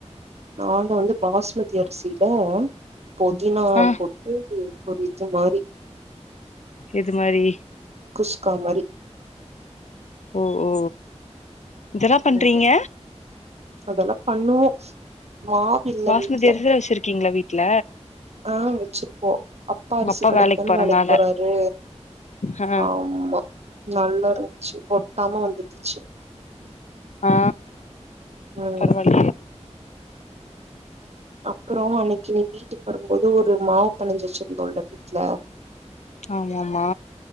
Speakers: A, on the right; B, on the left.
A: நாங்க வந்து பாஸ்மதி அரிசில பொதினா
B: ஆ
A: போட் டு ம் பொரிச்ச மாரி
B: இது மாரி
A: குஸ்கா மாரி
B: ஓ ஓ இதெல்லா பண்றீங்க
A: ம் ம் அதெல்லா பண்ணுவோ மாவு இல்ல
B: பாஸ்மதி
A: வீட்ல
B: அரிசிதா வெச்சிருக்கீங்களா வீட்ல
A: ஆ வெச்சிருப்போ அப்பா
B: உங்க
A: அரிசி கடைக்கிதான
B: வேலைக்கு போறனால
A: வேலைக்கி போறாரு
B: ஆ
A: ஆமா நல்லா இருந்துச்சு ஒட்டாம வந்திருந்துச்சு
B: ஆ
A: ம்
B: பரவால்ல
A: அப்பறோ அன்னைக்கி நீ வீட்டுக்கு வருபோது ஒரு மாவு பெனஞ்சி வச்சிருந்தோல வீட்ல
B: ஆமமா